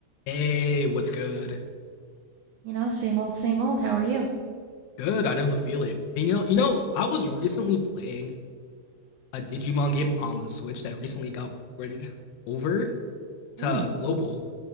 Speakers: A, on the left; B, on the right.
A: Hey, what's good?
B: You know, same old, same old. How are you?
A: Good, I know the feeling. And you know, you know, I was recently playing a Digimon game on the Switch that recently got ported over to
B: Ooh,
A: global,